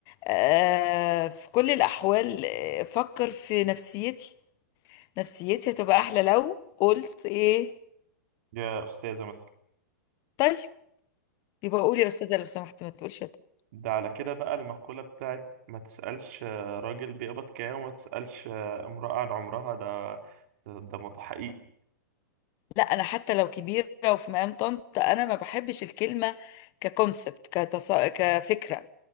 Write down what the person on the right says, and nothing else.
يا استاذه مثلا
ده على كده بقى المقولة بتاعت ما تسألش آه، راجل بيقبض كام وما تسألش آه، امرأة عن عمرها ده ده, ده مت- حقيقي